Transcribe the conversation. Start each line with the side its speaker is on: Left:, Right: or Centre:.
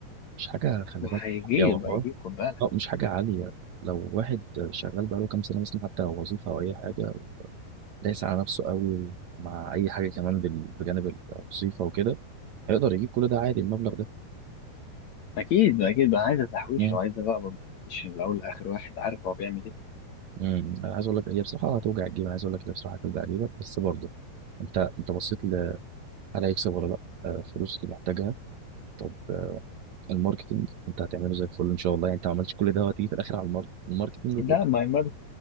Right: مش حاجه خلي
Left: وهيجيب
Right: بالك يا والله
Left: هيجيب خد بالك
Right: اه مش حاجه عاليه لو واحد شغال بقاله كام سنه مثلا حتى لو وظيفه او اي حاجه دايس على نفسه قوي مع اي حاجه كمان بال- بجانب الوظيفه وكده هيقدر يجيب كل ده عادي المبلغ ده
Left: اكيد اكيد بقى عايزه تحويشه
Right: يعني
Left: وعايزه بقى برضه معلش من الاول لاخر واحد عارف هو بيعمل ايه
Right: امم انا عايز اقول لك هي بصراحه هتوجع الجيب انا عايز اقول لك هي بصراحه هتوجع جيبك بس برضه انت انت بصيت ل... هل هيكسب ولا لا آه، فلوس اللي محتاجها طب آه، الماركتينج انت هتعمله زي الفل ان شاء الله يعني انت ما عملتش كل ده وهتيجي في الاخر على المار- الماركتينج و-
Left: لا ماي ماركت